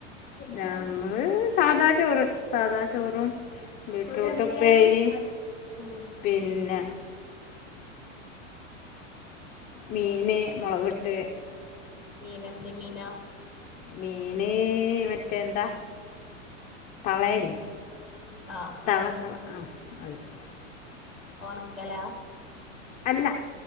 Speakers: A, on the left; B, in the centre.
A: നമ്മള് സാധാ ചോറ് സധാ ചോറും ബീറ്റ്റൂട്ടുപ്പേരിം
B: ഉം
A: പിന്നെ മീന് മൊളകിട്ട്
B: മീനനെന്ത് മീന
A: മീന് മറ്റേ എന്താ തളയല്ലേ
B: ആഹ്
A: തള
B: ആഹ്
A: തള ആഹ് അതന്നെ
B: ഒണക്കലാ
A: അല്ല